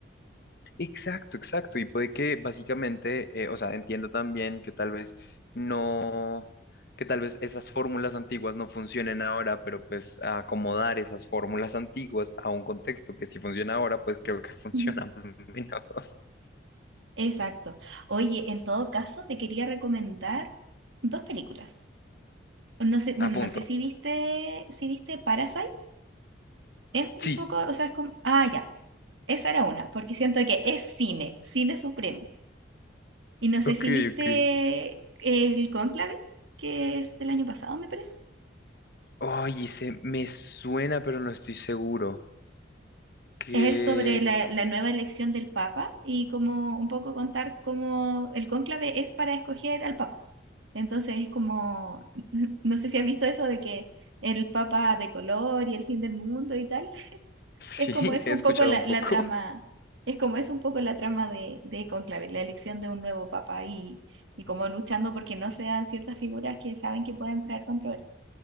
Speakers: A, on the left; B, on the right.
A: Exacto, exacto. Y puede que básicamente, eh, o sea, entiendo también que tal vez no, que tal vez esas fórmulas antiguas no funcionen ahora, pero pues acomodar esas fórmulas antiguas a un contexto que si funciona ahora, pues creo que <laughs> funciona
B: Ujú.
A: menos.
B: Exacto. Oye, en todo caso, te quería recomendar dos películas. No sé, bueno,
A: A punto.
B: no sé si viste, si viste Parasite. Es un
A: Sí.
B: poco, o sea, es como, ah, ya, esa era una, porque siento que es cine, cine supremo. Y no sé
A: Ok,
B: si viste
A: ok.
B: el Cónclave, que es del año pasado, me parece.
A: Oye, ese me suena, pero no estoy seguro. Que
B: Es sobre la, la nueva elección del Papa y como un poco contar cómo el cónclave es para escoger al Papa. Entonces es como, <laughs> no sé si has visto eso de que el Papa de color y el fin del mundo y tal. <laughs>
A: sí,
B: Es como
A: <laughs>
B: es
A: he
B: un
A: escuchado
B: poco la,
A: un poco.
B: la trama, es como es un poco la trama de, de Cónclave, la elección de un nuevo Papa y, y como luchando porque no sean ciertas figuras que saben que pueden traer controversia.